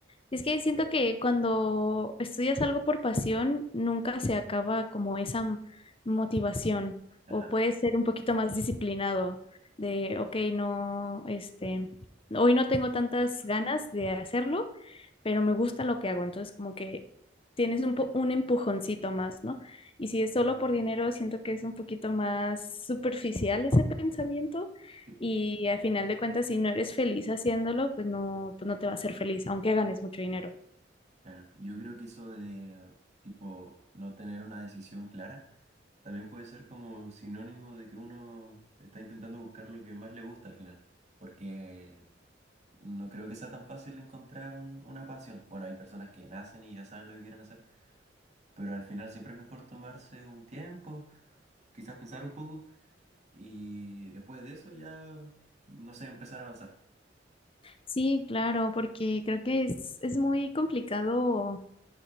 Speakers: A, on the left; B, on the right.
A: Es que siento que cuando estudias algo por pasión, nunca se acaba como esa m- motivación
B: Ajá,
A: o puedes ser un poquito más disciplinado de, ok, no, este, hoy no tengo tantas ganas de hacerlo, pero me gusta lo que hago. Entonces como que tienes un, po- un empujoncito más, ¿no? Y si es solo por dinero, siento que es un poquito más superficial ese pensamiento
B: sí,
A: y al final de cuentas, si no eres feliz haciéndolo, pues no, pues no te va a hacer feliz, aunque ganes mucho dinero.
B: claro. Yo creo que eso de, tipo, no tener una decisión clara también puede ser como sinónimo de que uno está intentando buscar lo que más le gusta al final. Porque no creo que sea tan fácil encontrar un- una pasión. Bueno, hay personas que nacen y ya saben lo que quieren hacer, pero al final siempre es mejor tomarse un tiempo, quizás pensar un poco Y después de eso ya, no sé, empezar a avanzar.
A: Sí, claro, porque creo que es, es muy complicado